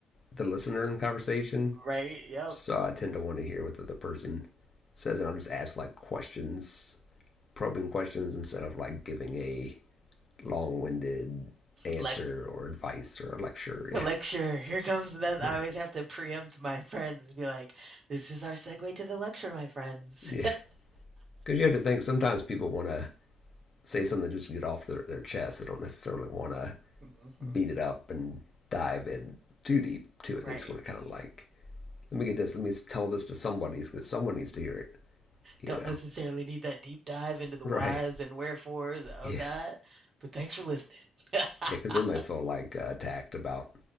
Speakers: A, on the left; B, on the right.
A: the listener in the conversation.
B: Right? Yep.
A: So I tend to want to hear what the other person says, and I'll just ask like questions, probing questions instead of like giving a long-winded answer
B: Like,
A: or advice or a lecture.
B: lecture.
A: <laughs>
B: Here comes that.
A: Yeah,
B: I
A: right.
B: always have to preempt my friends and be like, this is our segue to the lecture, my friends.
A: Yeah, Because you have to think sometimes people want to say something just to get off their, their chest. They don't necessarily want to
B: <laughs> Mhm.
A: beat it up and dive in too deep to it.
B: Right.
A: They just want to kind of like, let me get this, let me tell this to somebody because someone needs to hear it, you
B: Don't
A: know?
B: necessarily
A: <laughs>
B: need that deep dive into the
A: Right.
B: whys and wherefores of
A: Yeah.
B: that, but thanks for listening. <laughs>
A: Yeah. Because they might feel like uh, attacked about